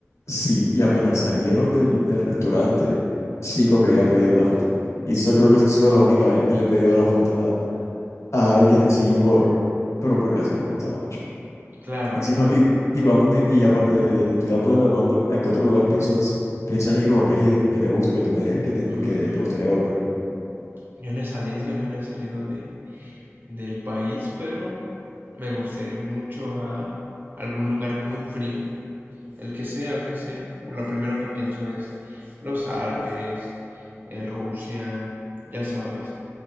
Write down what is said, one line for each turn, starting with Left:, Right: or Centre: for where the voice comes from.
Left: sí, y apenas salieron del, del restaurante, sí corrí a pedirle la foto. Y eso creo que ha sido la única vez que le he pedido la foto a, a alguien así por, pero porque la serie me gustaba mucho.
Right: Claro,
Left: Y si
Right: claro.
Left: no, y, y cuando ti- y aparte de, de tu vida a Puebla, cuando, ¿a qué otro lugar piensas, piensas ir o a qué has ido que te guste, que tú me digas que te,
Right: Mm,
Left: que te gustaría volver?
Right: yo no he salido, yo no he salido de, del país, pero me gustaría ir mucho a algún lugar muy frío, el que sea, el que sea. Lo primero que pienso es los Alpes, eh, Rusia, ya sabes.